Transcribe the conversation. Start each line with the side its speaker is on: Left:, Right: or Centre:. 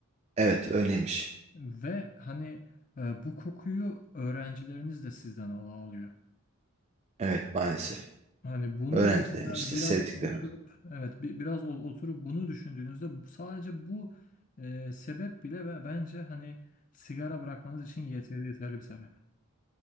Right: Evet öyleymiş.
Left: Ve hani e, bu kokuyu öğrencileriniz de sizden al- alıyor.
Right: Evet maalesef.
Left: Hani bunu
Right: Öğrencilerimiz
Left: mesela
Right: işte
Left: biraz
Right: sevdiklerimiz.
Left: oturup evet bi- biraz o- oturup bunu düşündüğünüzde bu- sadece bu e, sebep bile be- bence hani sigara bırakmanız için yeterli yeterli bir sebep.